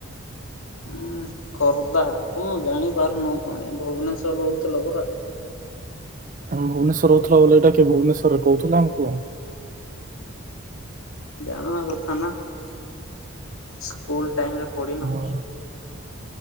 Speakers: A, on the left; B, on the right.
A: ଉଁ ଖୋର୍ଦ୍ଧା କଣ ଜାଣିପାରୁନ ତମେ ଭୁବନେଶ୍ୱରେ ରହୁଥୁଲ ପରା।
B: ଉଁ ଭୁବନେଶ୍ଵର ରଉଥୁଲ ବୋଲି ଏଇଟା କିଏ ଭୁବନେଶ୍ଵରରେ କୋହୁଥୁଲା ଆମକୁ?
A: ଜାଣିବା କଥା ନା ସ୍। ସ୍କୁଲ୍ ଟାଇମରେ ପଢ଼ିନ?
B: ହଁ